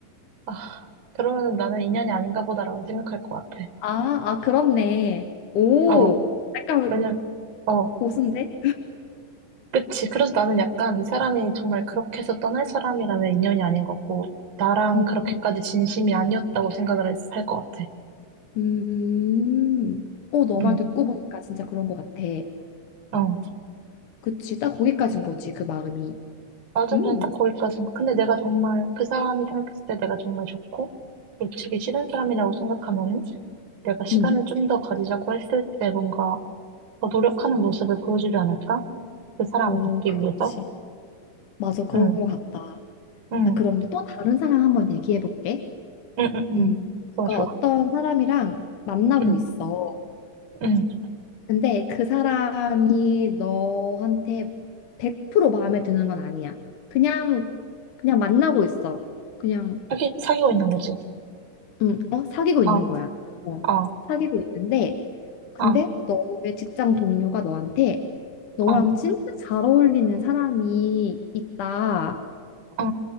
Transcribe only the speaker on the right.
아, 그러면은 나는 인연이 아닌가 보다라고 생각할 것 같아.
어.
왜냐, 어.
그치. 그래서 나는 약간 이 사람이 정말 그렇게 해서 떠날 사람이라면 인연이 아닌 거고, 나랑
그렇게까지 진심이 아니었다고 생각을 할 것 같아.
응,
어.
맞아,
그냥 딱 거기까지. 근데 내가 정말 그 사람이 생각했을 때 내가 정말 좋고 놓치기 싫은 사람이라고 생각하면 내가 시간을
좀 더 가지자고 했을 때 뭔가 더 노력하는 모습을 보여주지 않을까? 그 사람을
잡기
위해서.
응,
응,
응, 응, 응.
좋아, 좋아.
응,
응.
사기, 사귀고 있는 거지.
어,
어,
어,
어,
어,